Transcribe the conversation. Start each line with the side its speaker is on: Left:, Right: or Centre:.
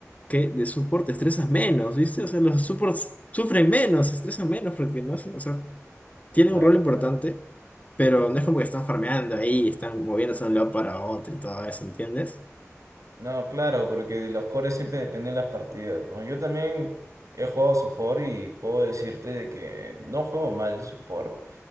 Left: que de support te estresas menos, ¿viste? O sea, los supports sufren menos, se estresan menos porque no sé, o sea, tienen
Right: Claro,
Left: un rol importante,
Right: claro.
Left: pero no es como que están farmeando ahí, están moviéndose de un lado para otro y todo eso, ¿entiendes?
Right: No, claro, porque de los cores siempre dependen las partidas, ¿no? Yo también he jugado support y puedo decirte de que no juego mal support,